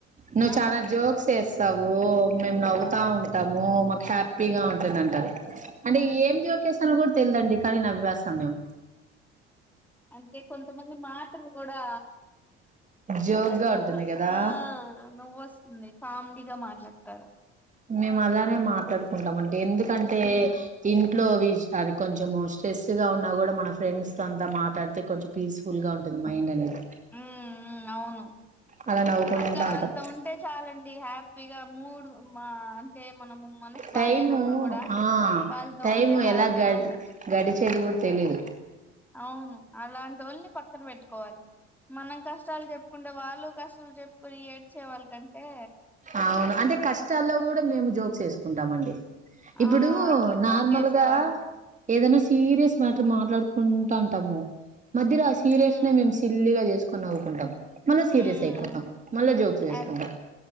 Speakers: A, on the right; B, in the centre.
A: నువ్
B: ఆహా
A: చానా జోక్సేస్ తావు మేము నవ్వుతా ఉంటాము మాకు హ్యాపీగా ఉంటుందంటారు అంటే ఏం జ్యోక్ కెస్తానో కూడా తెలిదండి కానీ నవ్వెస్తాం మేము
B: అంటే కొంతమంది మాటలు కూడా
A: జోక్
B: అట్లా
A: గా ఉంటుంది కదా
B: ఆ నువ్వోస్తుంది కామిడిగా మాట్లాడతారు
A: మేము అలానే మాట్లాడుకుంటామండి ఎందుకంటే
B: మ్మ్
A: ఇన్ ట్లో విష్అని కొంచెం స్ట్రెస్ గా ఉన్నా కూడా మన ఫ్రెండ్స్ తో అంతా మాట్లాడితే కొంచెం పీస్ఫుల్ గా ఉంటది మైండ్ అనేది
B: ఉ ఉ అవును
A: అలా నవ్వుకుంటా
B: అట్లా వాళ్తో
A: ఉంటాం
B: ఉంటే చాలండి హ్యాపీగా మూడ్ మా అంటే మనము మనసు
A: టైము
B: బాలేనప్పుడు కూడా
A: ఆ
B: వాళ్ళతో
A: టైము
B: ఉంటే హ్యాపీగా
A: ఎలా గడ్
B: ఉండొచ్చు
A: గడిచేది గూడ్ తెలీదు
B: అవును అలాంటోళ్ని పక్కన పెట్టుకోవాలి మనం కష్టాలు చెప్పుకుంటే వాళ్ళు కష్టాలు చెప్పుకొని ఏడ్చే వాళ్కంటే
A: అవును అంటే కష్టాల్లో కూడా మేము జోక్సేసుకుంటామండి ఇప్పుడు
B: ఆ అట్లా జోకేసే
A: నార్మల్గా
B: వాళ్ళని
A: ఏదనా సీరియస్ మ్యాటర్ మాట్లాడుకుంటాంటాము మధ్యలో ఆ సీరియస్
B: ఉమ్
A: నే మేమ్ సిల్లిగా చేసుకొని నవ్వుకుంటాం మళ్ళా సీరియస్
B: ఉమ్
A: అయిపోతాం మళ్ళా జోక్సేసుకుంటాం
B: అదే